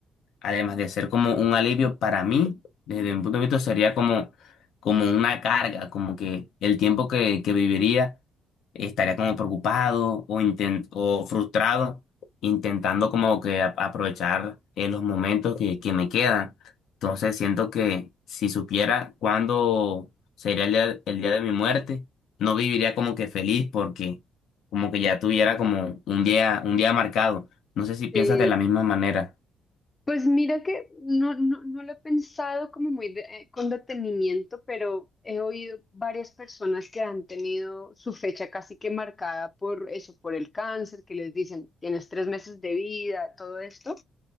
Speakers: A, on the left; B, on the left.
A: además de ser como un alivio para mí, desde mi punto de vista sería como, como una carga, como que el tiempo que, que viviría estaría como preocupado o, inten- o frustrado, intentando como que a- aprovechar eh, los momentos que, que me quedan. Entonces siento que si supiera cuándo sería el día, el día de mi muerte, no viviría como que feliz porque como que ya tuviera como un día, un día marcado. No sé si piensas
B: Sí,
A: de la misma manera.
B: pues mira que no, no, no lo he pensado como muy de- eh, con detenimiento, pero he oído varias personas que han tenido su fecha casi que marcada por eso, por el cáncer, que les dicen, tienes tres meses de vida, todo esto.